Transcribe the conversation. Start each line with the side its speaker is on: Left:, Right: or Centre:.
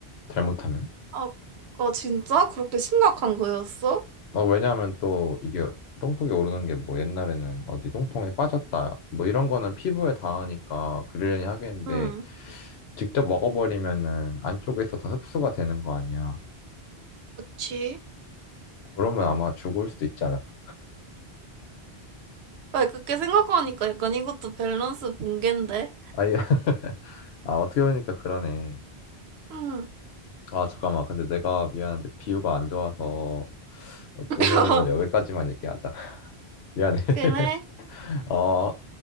Left: 잘못하면?
Right: 아, 아 진짜? 그렇게 심각한 거였어?
Left: 어, 왜냐하면 또 이게 똥통에 오르는 게 뭐 옛날에는 어디 똥통에 빠졌다 뭐 이런 거는 피부에 닿으니까 그러려니 하겠는데
Right: 응.
Left: 직접 먹어버리면은 안쪽에서 다 흡수가 되는 거 아니야.
Right: 그치?
Left: 그러면 아마 죽을 수도 있지 않을까.
Right: 아니 그렇게 생각하니까 약간 이것도 밸런스 붕괴인데.
Left: 아, 이- <laughs> 아 어떻게 보니까 그러네.
Right: 응.
Left: 아 잠깐만 근데 내가 미안한데 비유가 안 좋아서 어,
Right: <laughs>
Left: 오늘은 여기까지만 얘기하자. <laughs> 미안해.
Right: 그래
Left: <laughs> 어.